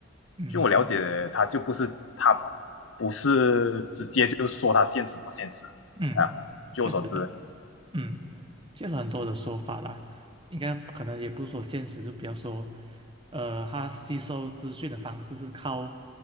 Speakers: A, on the right (about 25°); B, on the left (about 75°).
A: 嗯
B: 据我了解，他就不是他不是直接就说他现实不现实啊。
A: 嗯，
B: 据我所知，
A: 确实的，嗯，确实很多的说法啦，应该可能也不是说现实，就比较说，呃，他吸收资讯的方式是靠